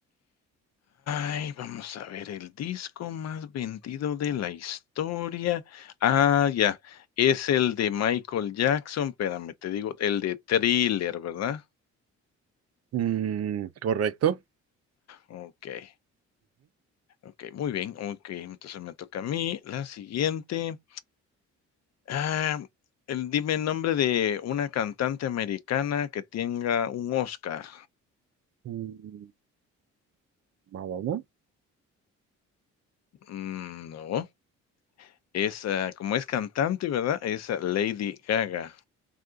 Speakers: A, on the left (about 60°); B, on the right (about 55°).
A: Ay, vamos a ver el disco más vendido de la historia. Ah, ya, es el de Michael Jackson, espérame, te digo, el de Thriller, ¿verdad?
B: Mm, correcto.
A: Okey, okey, muy bien, okey, entonces me toca a mí. La siguiente, ah, em, dime el nombre de una cantante americana que tenga un Oscar.
B: Ujú. más uno.
A: Mm, no. Es, ah, como es cantante, ¿verdad? Es ah, Lady Gaga.